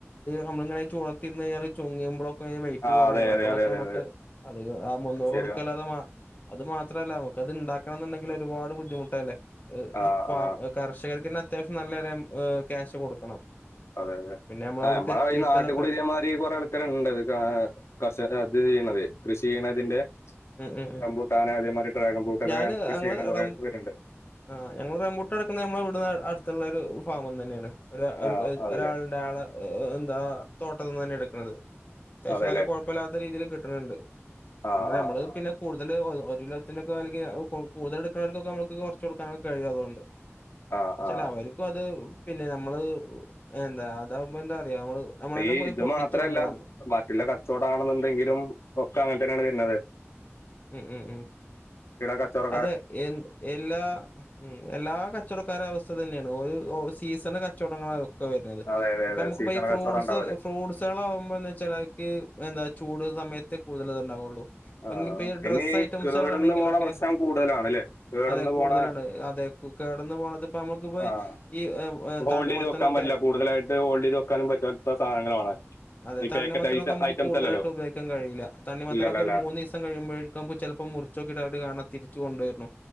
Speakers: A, on the left; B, on the left.
A: നമ്മളിങ്ങനെ ചൂടത്തിർന്ന് കഴിഞ്ഞാല് ചുങ്ങുമ്പോഴൊ വെയിറ്റ്
B: ആ
A: കുറയാണ്
B: അതെ അതെ
A: അപ്പൊ അതൊക്കെ
B: അതെ അതെ
A: മ്മക്ക്
B: അതെ
A: അത് ആ മുന്നൂറ്
B: ശരിയാ
A: കൊടുക്കല്ലാതെ അത് മാത്രല്ല നമുക്ക് അത് ഇണ്ടാക്കണംന്നുണ്ടെങ്കില് ഒരുപാട് ബുദ്ധിമുട്ടല്ലേ
B: ആ
A: ഫം
B: ആ
A: കർഷകർക്കെന്നെ അത്യാവശ്യം നല്ലൊര് ക്യാഷ് കൊടുക്കണം
B: അതെ അതെ
A: പിന്നെ നമ്മള
B: ആ
A: അവിടക്ക്
B: നമ്മളെ
A: എത്തിയിട്ട്
B: ഈ നാട്ടുകൂടി
A: അതൊക്കെ
B: ഇതേമാതിരി കൊറേ ആൾക്കാര്ണ്ട്ത് കർഷ അത് ചെയ്യ്ണതെയ് കൃഷി ചെയ്യണ തിന്റെ
A: ഉം ഉം
B: റംബൂട്ടാന് അതേമാരി ഡ്രാഗൺ ഫ്രൂട്ടൊക്കെ
A: ഞാന്
B: കൃഷി
A: ഞങ്ങള്
B: ചെയ്യ്ണ കൊറേ
A: റം
B: പേരുണ്ട്
A: ആ ഞങ്ങള് റമ്പൂട്ടാൻട്ക്കുന്നെ ഞമ്മളവിട അടുത്തുള്ളരു ഫാമ്ന്നെയാണ് ഒര ഒ
B: ആ അതെല്ലേ
A: ഒരാള്ണ്ട്‌ അയാളെ ന്താ തോട്ടത്തിന്ന്ന്നെ എടുക്ക്ണത് അത്യാവശ്യം
B: അതെല്ലേ
A: നല്ല കുഴപ്പല്ലാത്ത രീതിയില് കിട്ട്ണ് ണ്ട്‌
B: ആ
A: നമ്മള്
B: ആ ആ
A: പിന്നെ കൂടുതല് ല്ലോത്തിന്റൊക്കെ വെലക്ക് കൊടു കൂടുതലെടുക്കുന്നോർക്കൊക്കെ നമ്മക്ക് കൊറച്ച് കൊടുക്കാനൊക്കെ കഴിയും അതുകൊണ്ട്
B: ആ
A: ച്ചല
B: ആ
A: അവർക്കും അത് പിന്നെ നമ്മള് എന്താ അതാകുമ്പോ എന്താ പറയാ നമ്മള് നമ്മളന്നെ
B: അപ്പ ഈ
A: പോയി
B: ഇത്
A: പൊട്ടിച്ചു
B: മാത്രല്ല
A: കൊണ്ടുവരണം.
B: ബാക്കിള്ള കച്ചോടാണ്ന്നുണ്ടെങ്കിലും ഒക്കെ അങ്ങനെ തന്നെയാണ് വരുന്നത്
A: ഉം ഉം ഉം
B: കച്ചോടം
A: അതെ എ എല്ലാ ഉം എല്ലാ കച്ചോടക്കാര അവസ്ഥ ഇത് തന്നെയാണ് ഒരു ഓ സീസണ് കച്ചവടങ്ങള വരുന്നത്
B: അതെ അതെ
A: ഇപ്പ
B: അതെ
A: നമുക്ക്
B: സീസണൽ
A: പ ഈ ഫ്രൂട്ടസ്
B: കച്ചവടം ഉണ്ടാവല്
A: ഫ്രൂട്ട്സാളാവുമ്പോ എന്താച്ചാല് അയ്ക്ക് എന്താ ചൂട് സമയത്ത് കൂടുതൽ ഇതുണ്ടാവുള്ളൂ ഇപ്പൊ
B: ആഹ്
A: ഇനിയിപ്പോ ഈ
B: പിന്നെ
A: ഡ്രസ് ഐറ്റംസുകളാണെങ്കിലൊക്കെ
B: കേടുന്ന് പോണ പ്രശ്നം കൂടുതലാണല്ലേ കേടന്ന്
A: അതെ
B: പോണ
A: കൂടുതലാണ് അതെ കു- കടന്നു പോണത് ഇപ്പൊ നമുക്ക് പോയി
B: ആഹ്
A: ഈ ഏഹ്, ഏഹ്,
B: ഹോൾഡ്
A: തണ്ണിമത്തനൊക്കെ
B: ചെയ്ത് വെക്കാൻ പറ്റില്ല കൂടുതലായിട്ട് ഹോൾഡ് ചെയ്ത് വെക്കാനും പറ്റാത്ത സാധനങ്ങളാണ്
A: അതെ
B: ഈ
A: തണ്ണിമത്തനൊക്കെ
B: പാക്കറ്റ്
A: നമുക്ക്
B: ഐറ്റംസ്
A: കൂതലായിട്ട്
B: അല്ലല്ലോ
A: ഉപയോഗിക്കാൻ കഴിയില്ല തണിമത്തനൊക്കെ
B: ഇല്ലല്ലല്ല
A: ഒരു മൂന്ന് കഴിയുമ്പഴേക്കുമ്പ ചെൽപ്പോ മുറിച്ചോക്കീട്ടവര് കാണ തിരിച്ച് കൊണ്ടുവരുന്നു